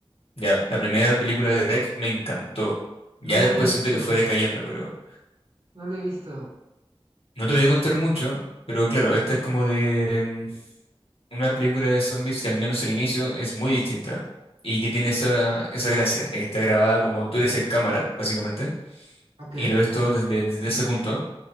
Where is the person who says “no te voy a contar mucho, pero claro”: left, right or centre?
Left